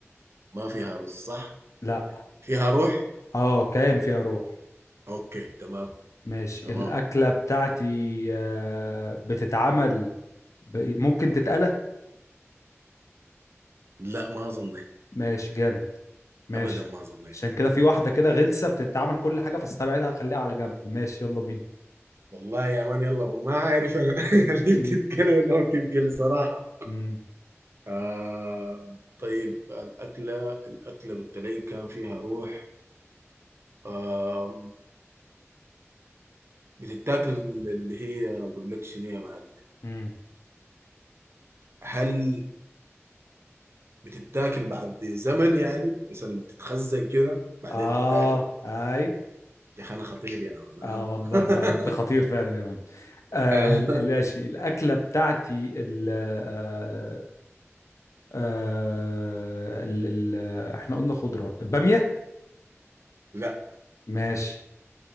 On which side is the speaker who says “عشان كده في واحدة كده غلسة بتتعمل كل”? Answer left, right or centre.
Left